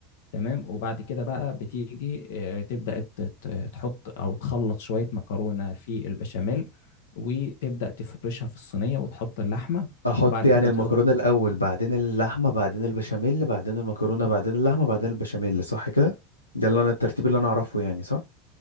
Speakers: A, on the left; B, on the left.
A: تمام وبعد كده بقى بتيجي آه، تبدأ ت- ت- تحط أو تخلط شوية مكرونة في البشاميل وتبدأ تفرشها في الصينية وتحط اللحمة
B: احط
A: وبعد
B: يعني
A: كده
B: المكرونة
A: تحط
B: الاول بعدين اللحمة بعدين البشاميل بعدين المكرونة بعدين اللحمة بعدين البشاميل صح كده ده اللي انا الترتيب اللي انا اعرفه يعني صح